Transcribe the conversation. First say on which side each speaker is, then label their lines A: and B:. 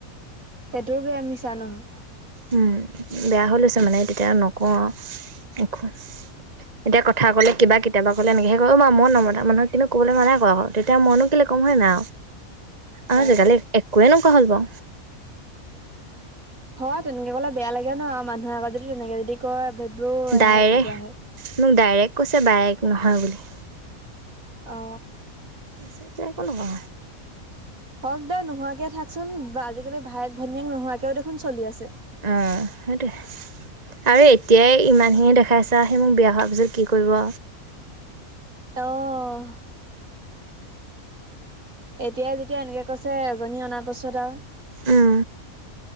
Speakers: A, on the right; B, on the right.
A: সেইটোও বেয়া মিছা নহয়।
B: উম বেয়া হৈ লৈছে মানে তেতিয়া নকওঁ আও একো। এতিয়া কথা কলে কিবা কেতিয়াবা ক'লে এনেকে কয় অ মা মই নমতা মানুহক কিন্তু ক'বলৈ মানা কৰে ক তেতিয়া মইনো। কেলে কম হয় না আৰু আজিকালি
A: অ
B: একোয়ে এনেকুৱা হল বাও।
A: হয় তেনেকে কলে বেয়া লাগে ন মানুহে আগত যদি তেনেকে যদি কয় ভেব্ৰওহেন
B: ডাইৰেক্ট
A: তেনেকুৱা হে।
B: মোক ডাইৰেক্ট কৈছে বাইক নহয় বুলি।
A: অ।
B: কৈছে যে এক নকওঁ
A: হওঁক দে নোহোৱাকে থাকচোন আজিকালি ভায়েক ভনীয়েক নোহোৱাকেও দেখোন চলি আছে।
B: অহ সেইটোৱে। আৰে এতিয়াই ইমানখিনিয়ে দেখাই আছা সি মোক বিয়া হোৱাৰ পিছত কি কৰিব।
A: অ'। এতিয়াই যেতিয়া এনেকে কৈছে এজনী অনাৰ পাছত আও
B: আৰু